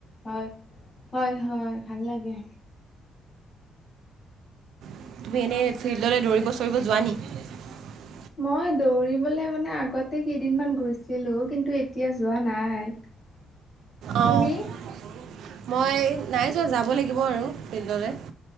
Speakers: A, on the left (about 30°); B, on the right (about 80°).
A: <unintelligible> হয়-হয়-হয় ভাল লাগে
B: <unintelligible> তুমি এনেই ফিল্ডৰে দৌৰিব চৰিব যোৱা নেকি <unintelligible>
A: <unintelligible> মই দৌৰিবলৈ মানে আগতে কেইদিনমান গৈছিলো কিন্তু এতিয়া যোৱা নাই <unintelligible> <unintelligible>
B: অঁ
A: তুমি?
B: <unintelligible> মই নাই যোৱা যাব লাগিব আৰু ফিল্ডলে